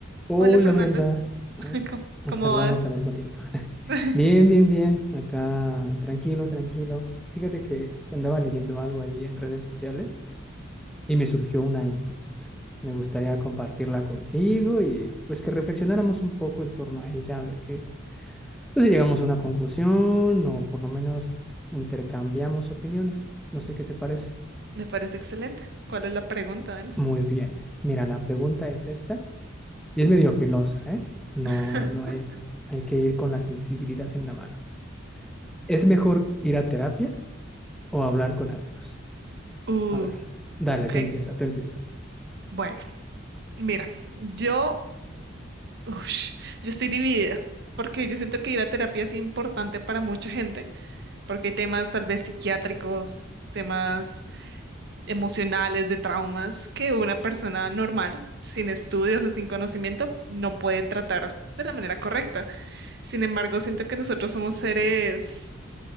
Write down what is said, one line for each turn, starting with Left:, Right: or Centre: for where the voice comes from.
Centre: Hola
Right: Hola Fernando,
Centre: Brenda, A
Right: <laughs>
Centre: ver,
Right: ¿cómo,
Centre: nos
Right: cómo
Centre: saludamos
Right: vas?
Centre: al mismo tiempo. <laughs>
Right: <laughs>
Centre: Bien, bien, bien, acá tranquilo, tranquilo. Fíjate que, que andaba leyendo algo ahí en redes sociales y me surgió una inquietud. Me gustaría compartirla contigo y pues que reflexionáramos un poco en torno a ella, a ver qué, pues, si llegamos a una conclusión o por lo menos intercambiamos opiniones. No sé qué te parece.
Right: Me parece excelente. ¿Cuál es la pregunta? Dime.
Centre: Muy bien, mira, la pregunta es esta. Y es medio filosa, ¿eh? No,
Right: <laughs>
Centre: no hay, hay que ir con la sensibilidad en la mano. ¿Es mejor ir a terapia o hablar con amigos?
Right: Uh,
Centre: A ver, dale,
Right: ok.
Centre: tú empieza, tú empieza.
Right: Bueno, mira, yo, ush, yo estoy dividida porque yo siento que ir a terapia es importante para mucha gente, porque hay temas tal vez psiquiátricos, temas emocionales, de traumas que una persona normal, sin estudios o sin conocimiento, no puede tratar de la manera correcta. Sin embargo, siento que nosotros somos seres